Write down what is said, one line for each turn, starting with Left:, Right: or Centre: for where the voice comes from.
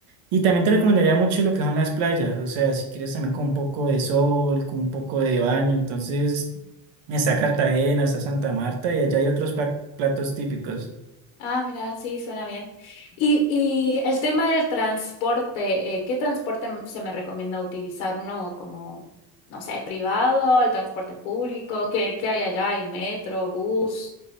Right: Y también te recomendaría mucho lo que son las playas, o sea, si quieres también con un poco de sol, con un poco de baño, entonces está Cartagena, está Santa Marta y allá hay otros pla- platos típicos.
Left: Ah, mira, sí, suena bien. Y, y el tema del transporte, eh, ¿qué transporte m- se me recomienda utilizar? ¿Uno como, no sé, privado, el transporte público? ¿Qué, qué hay allá? ¿Hay metro, bus?